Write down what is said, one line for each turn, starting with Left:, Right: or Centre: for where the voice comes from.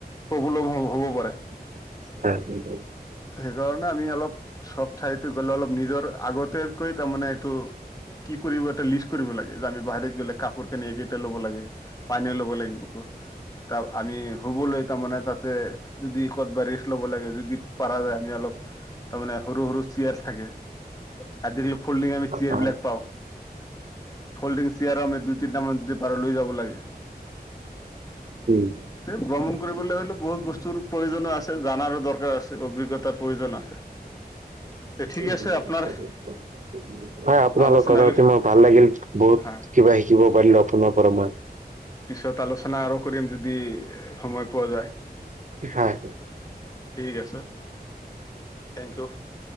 Left: প্ৰব্লেম হ'ব হ'ব পাৰে।
Right: <inaudible> অ <unintelligible>
Left: সেইকাৰণে আমি অলপ চব ঠাইতে গ'লে অলপ নিজৰ আগতে তাতকৈ তাৰমানে এইটো কি কৰিব এটা লিষ্ট কৰিব লাগে যে আমি বাহিৰত‌ গ'লে কা এইকেইটা ল'ব লাগে পানীয়ো ল'ব লাগিব। তাৰ আমি শুবলৈ তাৰমানে তাতে যদি ক'তবা ৰেষ্ট ল'ব লাগে যদি পাৰা যায় আমি অলপ তাৰমানে সৰু - সৰু চেয়াৰ থাকে আজিকালি ফল্ডিং আমি চেয়াৰবিলাক
Right: হয় অ
Left: পাওঁ। ফল্ডিং চিয়াৰ আমি দুই- তিনটামান যদি পাৰো লৈ যাব লাগে।
Right: উম।
Left: তে ভ্ৰমণ কৰিবলৈ হ'লে বহুত বস্তুৰ প্ৰয়োজনো আছে, জানাৰো দৰকাৰ আছে, অভিজ্ঞতাৰ প্ৰয়োজন আছে। তে
Right: <unintelligible>
Left: ঠিক আছে আপোনাৰ
Right: হয়, আপোনাৰ
Left: আলোচনা
Right: লগত কথা পাতি
Left: কৰি
Right: মই ভাল লাগিল, বহুত
Left: হা
Right: কিবা শিকিব পাৰিলো আপোনাৰ পৰা মই।
Left: পিছত আলোচনা আৰু কৰিম যদি সময় পোৱা যায়।
Right: <inaudible>
Left: ঠিক আছে, থেংক ইউ।